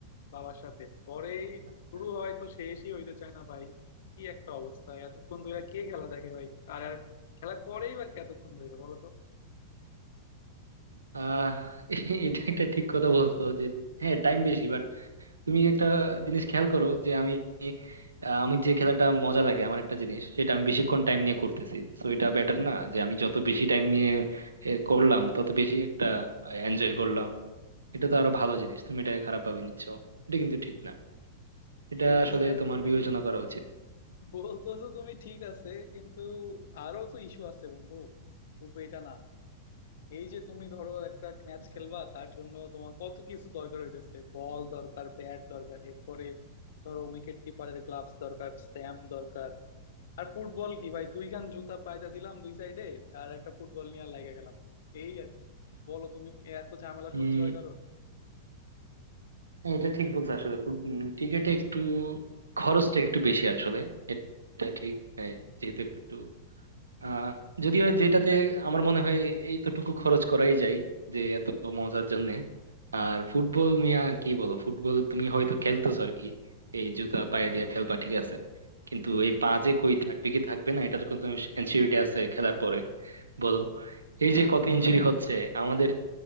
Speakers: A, on the left; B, on the right.
A: বাবার সাথে পরেই
B: আচ্ছা
A: শুরু হয় তো শেষই হইতে চায় না ভাই কি একটা অবস্থা এতক্ষণ ধরে কে খেলা দেখে ভাই আর আর খেলা করেই বা কে এতক্ষণ ধরে বলো তো
B: আহ এটা একটা ঠিক কথা বলছো যে হ্যাঁ টাইম বেশি তুমি একটা জিনিস খেয়াল করো যে আমি আহ, আমি যে খেলাটা মজা লাগে আমার একটা জিনিস সেটা আমি বেশিক্ষণ টাইম নিয়ে করতেছি তো এটা বেটার না যে আমি যত বেশি টাইম নিয়ে এ, করলাম তত বেশি একটা এনজয় করলাম এটা তো আরো ভালো জিনিস তুমি এটাকে খারাপ ভাবে নিচ্ছ এটা কিন্তু ঠিক না এটা
A: ঠিক
B: আসলে
A: আছে
B: তোমার
A: তুমি
B: বিবেচনা
A: <laughs>
B: করা উচিত
A: বলতেছো তুমি ঠিক আছে কিন্তু আরো তো ইস্যু আছে বন্ধু শুধু এটা না এই যে তুমি ধরো একটা ম্যাচ
B: আচ্ছা
A: খেলবা তার জন্য তোমার কত কিছু দরকার হইতেছে বল দরকার ব্যাট দরকার এরপরে ধরো উইকেট কিপারের গ্লাভস দরকার স্ট্যাম্প দরকার আর ফুটবল কি ভাই দুইখান জুতা পায়দা দিলাম দুই সাইডে আর একটা ফুটবল নিয়ে লাগা গেলাম এই আর কি। বলো তুমি এ এত ঝামেলা
B: উম
A: সহ্য হয় কারো
B: হ্যাঁ, এটা ঠিক বলছো আসলে ক্রিকেটে একটু খরচটা একটু বেশি আসলে এটা ঠিক এই, যেহেতু একটু আহ যদিও যেটাতে আমার মনে হয় এইতটুকু খরচ করাই যায় যে এত মজার জন্য আর ফুটবল নিয়ে কি বলো ফুটবল তুমি হয়তো খেলতেছো আর কি এই জুতা পায়ে দিয়ে খেলবা ঠিক আছে কিন্তু এই পা যে কই থাকবে কি থাকবে না এটার কোনো এনসিউরিটি আছে খেলার পরে বলো এই যে কত ইনজুরি হচ্ছে আমাদের